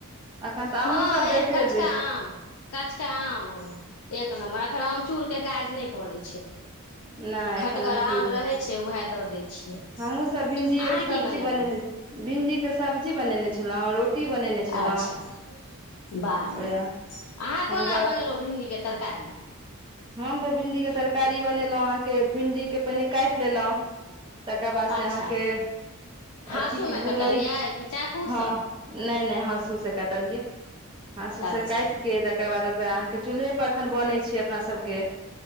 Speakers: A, on the right; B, on the left.
A: एखन तऽ
B: हँ
A: आमो सब
B: एह
A: दैत
B: कचका
A: हेबै
B: आम काचका आम एक नम्बर एखन अमचूर के काज नहि पड़ै छै
A: नहि
B: खटगर
A: एखन आमचूर
B: आम रहै छैय उएह दऽ दै छियै अहाँ
A: हमहुँ सब भिंडीए के सब्जी
B: कि बनेलहुँ
A: बनेने भिंडी के सब्जी बने छलौ रोटी बनेने छलहुँ
B: अच्छा बाह
A: ओएह
B: अहाँ कोना
A: हम
B: बनेलहु भिंडी के तरकारी
A: हम तऽ भिंडी के तरकारी बनेलहु अहाँकेँ भिन्डी के पहिने काटि लेलहु तकर बाद से
B: अच्छा
A: अहाँकेँ
B: हाँसूमे
A: अथी के भुल
B: कटलियै
A: हँ
B: कि चाकूसँ
A: नहि नहि हँसू सँ कटलियै हँसूसँ
B: अच्छा
A: काटि कऽ तकर बाद ओकरा अहाँकेँ चूल्हेपर अखन बनै छै अपना सभके